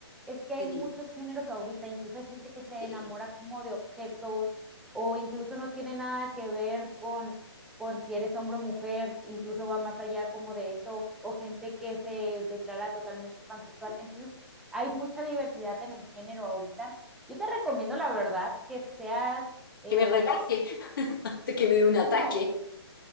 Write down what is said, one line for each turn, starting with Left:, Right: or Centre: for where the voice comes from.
Centre: es que hay
Left: que
Centre: muchos
Left: dime.
Centre: géneros ahorita, incluso hay gente que se
Left: Sí.
Centre: enamora como de objetos o incluso no tiene nada que ver con, con si eres hombre o mujer, incluso va más allá como de eso, o gente que se declara totalmente pansexual. Entonces, hay mucha diversidad en el género ahorita. Yo te recomiendo, la verdad, que seas, eh,
Left: Que me relaje, <laughs> antes que me dé un ataque.
Centre: no,